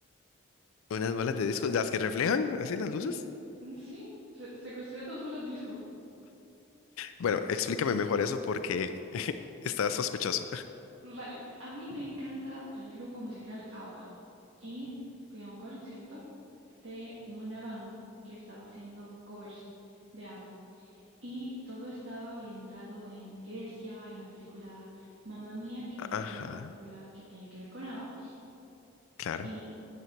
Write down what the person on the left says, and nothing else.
Unas bolas de disco, las que reflejan, así las luces.
Bueno, explícame mejor eso porque <laughs> está sospechoso.
Ajá,
claro.